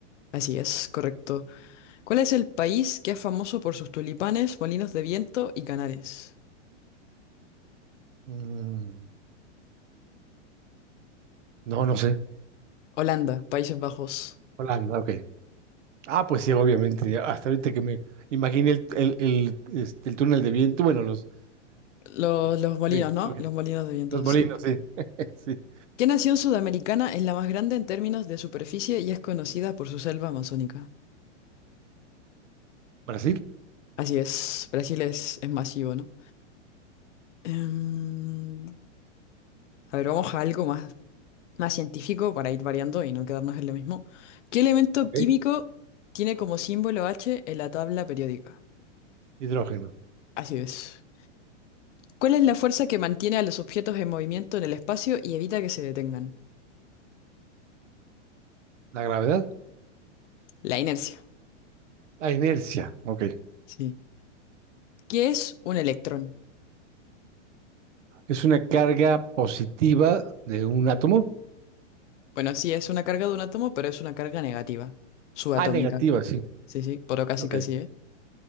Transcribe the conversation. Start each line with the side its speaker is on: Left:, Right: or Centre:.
Left: Así es, correcto. ¿Cuál es el país que es famoso por sus tulipanes, molinos de viento y canales?
Right: Mm, no, no sé.
Left: Holanda, Países Bajos.
Right: Holanda, ok. Ah, pues sí, obviamente. Hasta ahorita que me imaginé el, el, el, este, el túnel de viento. Bueno, los.
Left: Los,
Right: ah, bien,
Left: los molinos,
Right: está bien,
Left: ¿no?
Right: ok.
Left: Los molinos de viento,
Right: Los molinos,
Left: sí.
Right: sí. <laughs> Sí.
Left: ¿Qué nación sudamericana es la más grande en términos de superficie y es conocida por su selva amazónica?
Right: Brasil,
Left: Así es, Brasil es, es masivo, ¿no? Em, A ver, vamos a algo más, más científico para ir variando y no quedarnos en lo mismo. ¿Qué elemento
Right: ok.
Left: químico tiene como símbolo H en la tabla periódica?
Right: Hidrógeno.
Left: Así es. ¿Cuál es la fuerza que mantiene a los objetos en movimiento en el espacio y evita que se detengan?
Right: La gravedad,
Left: La inercia.
Right: la inercia, ok.
Left: Sí. ¿Qué es un electrón?
Right: Es una carga positiva de un átomo.
Left: Bueno, sí, es una carga de un átomo, pero es una carga negativa, subatómica.
Right: Ah, negativa, sí.
Left: Sí, sí, pero casi
Right: Ok.
Left: casi, ¿eh?